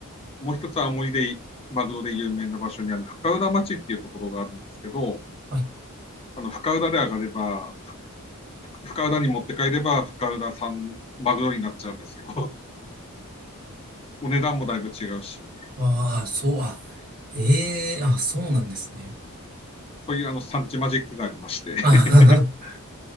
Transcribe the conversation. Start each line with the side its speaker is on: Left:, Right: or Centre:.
Left: もう一つは青森で、マグロで有名な場所にある深浦町っていうところがあるんですけど、
Right: はい。
Left: あの、深浦で上がれば、深浦に持って帰れば、深浦産マグロになっちゃうんですよ。<laughs> お値段もだいぶ違うし、
Right: ああ、そう、あ、ええあ、そうなんですね。
Left: そういうあの、産地マジックがありまして。<laughs>
Right: あはは